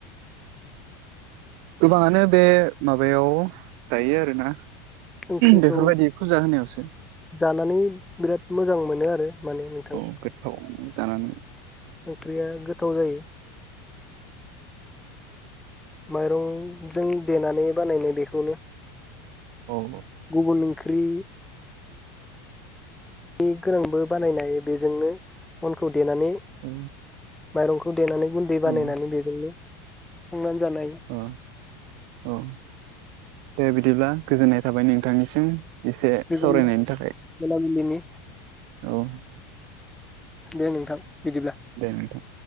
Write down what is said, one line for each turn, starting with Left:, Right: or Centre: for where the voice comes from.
Right: गोबाङानो बे माबायाव जायो आरोना
Centre: ओंख्रिखौ
Right: बेफोरबायदि फुजा होनायावसो
Centre: जानानै बिराद मोजां मोनो आरो माने नोंथां
Right: औ गोथावानो जानानै
Centre: ओंख्रिया गोथाव जायो माइरंजों देनानै बानायनाय बेखौनो
Right: औ
Centre: गुगुनि ओंख्रि बे गोनांबो बानायनाय बेजोंनो अनखौ देनानै
Right: औ
Centre: माइरंखौ देनानै गुन्दै बानायनानै
Right: औ
Centre: बेजोंनो संनानै जानाय
Right: औ औ दे बिदिब्ला गोजोननाय थाबाय नोंथां नोंथांनिसिम एसे
Centre: गोजोन
Right: सावरायनायनि थाखाय
Centre: मोनाबिलिनि
Right: औ
Centre: दे नोंथां बिदिब्ला
Right: दे नोंथां